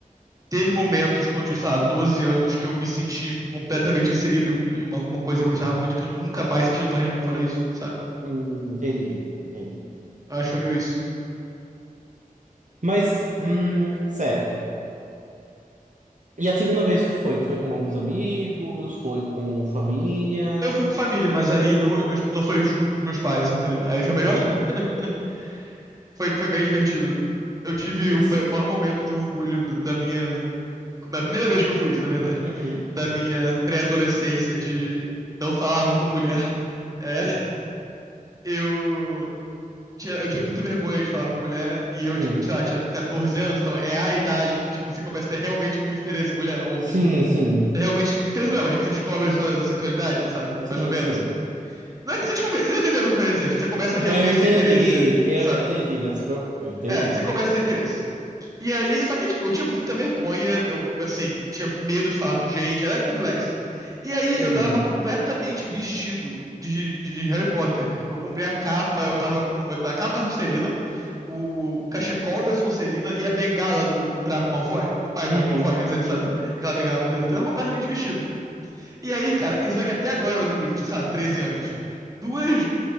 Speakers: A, on the right (about 25°); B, on the right (about 55°).
A: teve momentos quando eu tinha, sei lá, 12 anos que eu me senti completamente inserido em um- em uma, alguma coisa que eu gostava muito que eu nunca mais senti em lugar nenhum fora isso, sabe?
B: Hum, entendi, entendi.
A: Eu acho que foi meio isso.
B: Mas, hum, certo. E a segunda vez que tu foi? Tu foi com alguns amigos? Foi com família?
A: Eu fui com família, mas aí não, eu- meus- não foi junto com os meus pais, entendeu? Aí foi
B: Uhum.
A: melhor. <laughs> Foi, foi bem divertido. Eu tive
B: Esse.
A: o ma- maior momento de orgulho da da minha. Na primeira vez que eu fui isso, na verdade,
B: Uhum.
A: da minha pré-adolescência de não falava com mulher. É, eu tinha- eu tinha muita vergonha de falar com mulher, e
B: Uhum.
A: eu, tipo, sei lá, tinha 14 anos, então é a idade que, tipo, você começa a ter realmente muito interesse em mulher, ou, tipo,
B: Sim, sim.
A: realmente, interesse em mulher, mas tipo, você descobre a sua sexualidade, sabe?
B: Sim,
A: Mais ou menos,
B: sim.
A: assim. Não é que você descobre, você entendeu o que eu tô querendo dizer, tipo, você começa a realmente
B: Eu entendi,
A: ter interesse,
B: eu
A: sabe?
B: entendi, não se preocupe, eu entendi.
A: É, você começa a ter interesse. E aí, só que, tipo, eu tinha muita vergonha, eu, assim, tinha medo de falar com gente, era complexa. E aí,
B: Uhum,
A: eu tava completamente vestido de, de Harry Potter. Tipo, eu comprei a capa, eu tava com... A capa azul a o, o cachecol da Sonserina e a bengala do, do Draco Malfoy, do, do pai
B: uhum,
A: do Draco Malfoy, quer dizer,
B: uhum.
A: sabe? Aquela bengala maneira. Então ele tava completamente vestido. E aí, cara, você vê que até agora eu lembro disso, eu tinha, sei lá, 13 anos. Duas